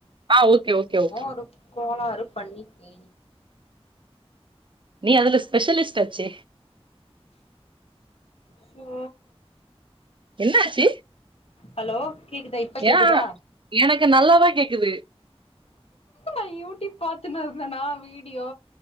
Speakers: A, on the right; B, on the left.
A: ஆ ஓகே ஓகே
B: என்னமோ
A: ஓகே
B: ஒரு கோளாறு பண்ணிக்கே
A: நீ அதுல பெஷலிஸ்ட் ஆச்சே
B: சோ
A: என்னாச்சு
B: ஹலோ கேக்குதா இப்ப கேக்குதா
A: ஏன் எனக்கு நல்லாதா கேக்குது
B: நா யூடியூப் பாத்துன்னுருந்தேனா வீடியோ